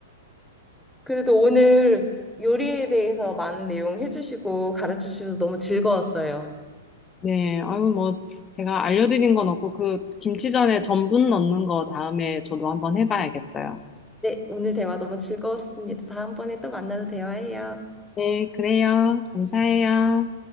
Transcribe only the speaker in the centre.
그래도 오늘 요리에 대해서 많은 내용 해주시고 가르쳐 주셔서 너무 즐거웠어요.
네, 오늘 대화 너무 즐거웠습니다. 다음번에 또 만나서 대화해요.